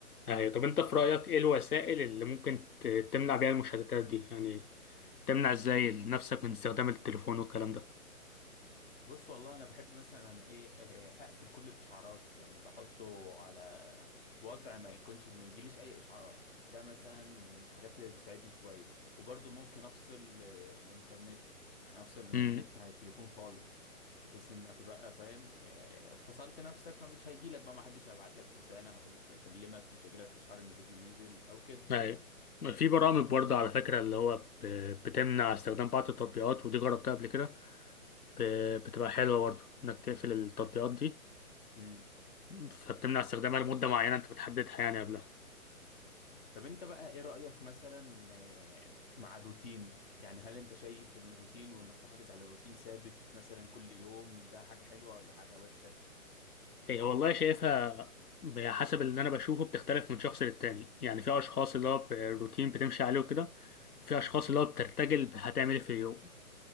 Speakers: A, on the left; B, on the left.
A: اي طب انت في رايك ايه الوسائل اللي ممكن ت- تمنع بيها المشتتات دي يعني تمنع ازاي نفسك من استخدام التليفون والكلام ده
B: بص والله انا بحب مثلا ايه آه، اقفل كل الاشعارات يعني بحطه على وضع ما يكونش ما يجيليش اي اشعارات ده مثلا من الحاجات اللي بتساعدني شويه وبرضه ممكن افصل آه، الانترنت يعني افصل النت
A: امم
B: عن التليفون خالص بحيث انك بقى فاهم آه، فصلت نفسك فمش هيجيلك بقى ما حدش هيبعت لك رساله ما حدش هيكلمك مش هيجيلك اشعار ان فيديو نزل او كده
A: أيوة. في برامج برضه على فكرة اللي هو ب- بتمنع استخدام بعض التطبيقات ودي جربتها قبل كده ب- بتبقى حلوة برضه إنك تقفل التطبيقات دي
B: انت-
A: فبتمنع استخدامها لمدة معينة أنت بتحددها يعني قبلها
B: طب انت بقى ايه رأيك مثلا آه، مع الروتين يعني هل انت شايف ان الروتين وانك تحافظ على روتين ثابت مثلا كل يوم ده حاجة حلوة ولا حاجة وحشة
A: هي والله شايفها حسب اللي أنا بشوفه بتختلف من شخص للتاني يعني في أشخاص اللي هو ب- الروتين بتمشي عليه وكده وفي أشخاص اللي هو بترتجل هتعمل إيه في اليوم